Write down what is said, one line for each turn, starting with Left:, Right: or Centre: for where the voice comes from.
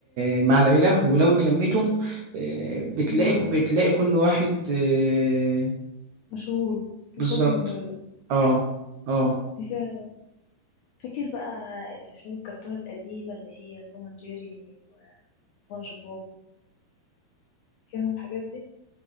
Right: آه، مع العيلة ولو اتلميتم آه، بتلاقي
Left: مم.
Right: بتلاقي كل واحد آه،
Left: مشغول
Right: بالظبط
Left: مشغول في موبايله
Right: اه
Left: صح
Right: اه
Left: دي فعلا فاكر بقى الافلام الكرتون القديمه اللي هي توم اند جيري وسبونج بوب فاكرهم الحاجات دي